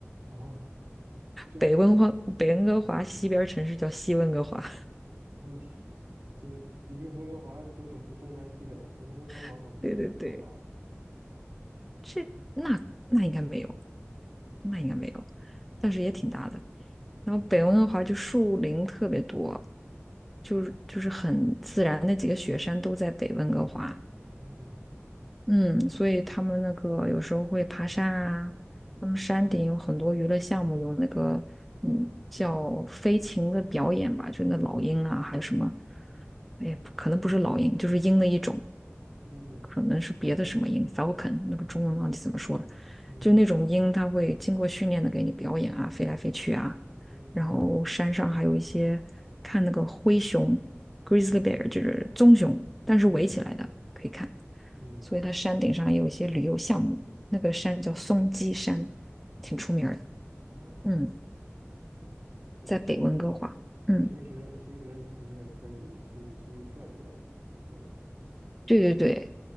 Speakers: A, on the right; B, in the centre.
A: 哦，这
B: 北温华北温哥华西边儿城市叫西温哥华。
A: 我天，这个一个温哥华都整出东南西北了，感觉温哥华好像比北京都大呀。
B: <laughs> 对对对，这那那应该没有，那应该没有，但是也挺大的。然后北温哥华就树林特别多，就是就是很自然，那几个雪山都在北温哥华。
A: 嗯
B: 嗯，所以他们那个有时候会爬山啊，他们山顶有很多娱乐项目，有那个嗯叫飞禽的表演吧，就那老鹰啊，还有什么，哎，可能不是老鹰，就是鹰的一种，
A: 嗯
B: 可能是别的什么鹰，falcon，那个中文忘记怎么说了，
A: 嗯
B: 就那种鹰，它会经过训练的给你表演啊，飞来飞去啊，
A: 嗯
B: 然后山上还有一些看那个灰熊，grizzly
A: 嗯
B: bear 就是棕熊，但是围起来的可以看。
A: 嗯嗯，
B: 所以它山顶上也有一些旅游项目。那个山叫松鸡山，挺出名儿的。
A: 哦哦，
B: 嗯，
A: 可以。
B: 在北温哥华。
A: 那平
B: 嗯，
A: 那平时平时你们也可以去去转一转之类的，
B: 对对对，
A: 都